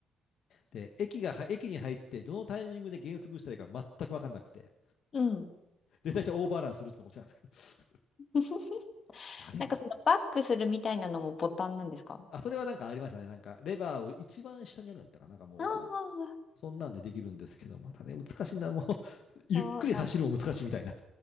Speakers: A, on the left; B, on the left.
A: で、駅が、駅に入って、どのタイミングで減速したらいいか全く分かんなくて。
B: うん。
A: で、大体オーバーランするってのも落ちなんですけど、
B: <laughs>
A: <laughs> あれみたいな。
B: なんかそのバックするみたいなのもボタンなんですか
A: あ、それはなんかありましたね。なんか、レバーを一番下にあるんだったかな。なんかもう、
B: ああ、
A: おそんなんでできるんですけど、またね、難しいんだ。もう、<laughs> ゆっくり走るも難しいみたいな。
B: そうなん、